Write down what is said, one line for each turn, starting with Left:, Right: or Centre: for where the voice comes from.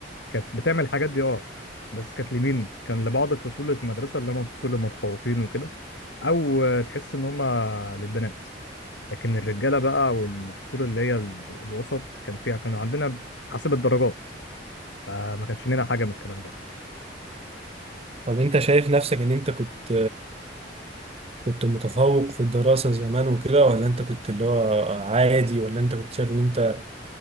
Left: كانت بتعمل الحاجات دي اه بس كانت لمين كان لبعض الفصول اللي في المدرسه اللي هم الفصول المتفوقين وكده او تحس ان هم للبنات لكن الرجاله بقى والفصول اللي هي ال- الوسط كان فيها كانوا عندنا حسب الدرجات فما كانش لنا حاجه من الكلام ده
Right: طب انت شايف نفسك ان انت كنت كنت متفوق في الدراسة زمان وكده ولا انت كنت اللي هو عادي ولا انت كنت شايف ان انت